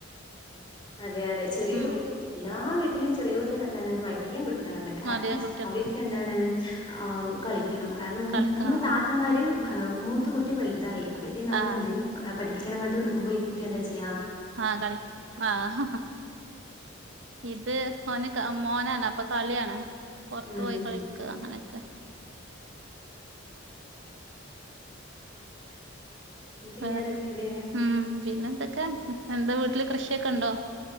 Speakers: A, on the left; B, on the right.
A: അതെ അതെ ചെറിയ
B: ഉം
A: കുട്ടികൾ എല്ലാ വീട്ടിലും ചെറിയ കുട്ടികളെന്താണ് <unintelligible> ടിയും കുട്ട്യാളാണ് കാരണം
B: മടിയൻ കുട്ടികള
A: അവര്ക്കെന്താണ് ആ കളിക്കണം കാരണം
B: കളിക്കണം
A: നമ്മള് താ
B: ആഹ്
A: ത്തമാര് മൂത്തകുട്ടി വൽതായി അവര് നമ്മളെന്തെങ്കിലും
B: ആഹ്
A: പഠിപ്പിക്കണം പർഞ്ഞ്ട്ട് നിക്കുമ്പോ ഈ കുട്ടി എന്താ ചെ
B: ആ കളി ആ ഹഹ ഇത് ഓന് ക മോനാണ് അപ്പ കള്യാണ്
A: ഉം
B: പൊർത്ത് പോയി കളിക്ക അങ്ങനൊക്കെ
A: പിന്നെ
B: വേറെ
A: എന്തൊക്കെയുണ്ട്
B: ഉം പിന്നെന്തൊക്കെ എന്താ വീട്ടില് കൃഷിയൊക്കെണ്ടോ